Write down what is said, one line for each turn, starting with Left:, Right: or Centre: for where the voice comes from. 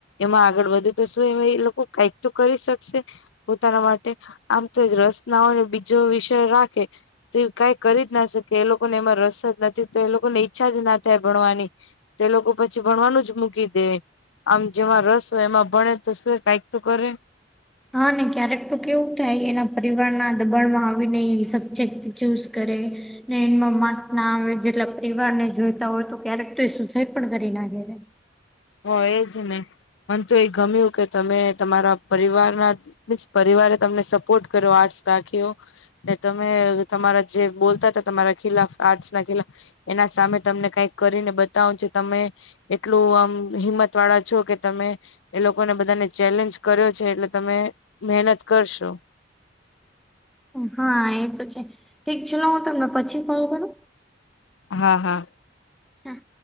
Left: એમાં આગળ વધું તો શું એ એ લોકો કઈક તો કરી શકશે. પોતાના માટે આમ તો જ રસનાઓને બીજો વિષય રાખે. તો એ કઈ કરી જ ના શકે એ લોકોને એમાં રસ જ નથી તો એ લોકોને ઈચ્છા જ ના થાય ભણવાની તે લોકો પછી ભણવાનું જ મૂકી દે. આમ જેમાં રસ હોય એમાં ભણે તો શું કઈક તો કરે.
Centre: હા ને ક્યારેક તો કેવું થાય એના પરિવાર ના દબાણમાં આવી ને ઈ સચક ચૂઝ કરે ને એમાં માર્સ ના આવે જેટલા પરિવાર ને જોઈતા હોય તો ક્યારેક તો એ સુસાઈડ પણ કરી નાખે છે.
Left: હોય જ ને મન તો એ ગમ્યું કે તમે તમારા પરિવારના બસ પરિવારે તમને સપોર્ટ કર્યો આર્ટસ રાખ્યો. તમે તમારા જે બોલતા હતા તમારા ખિલાફ આર્ટસ ના ખિલાફ એના સામે તમને કઈક કરીને બતાવો છો તમે એટલું આમ હિંમત વાળા છો કે તમે એ લોકોને બધાને ચેલેન્જ કર્યો છે એટલે તમે મહેનત કરશો.
Centre: હા એ તો છે ઠીક છે નો હું તમને પછી ફોન કરું
Left: હા હા.
Centre: હા.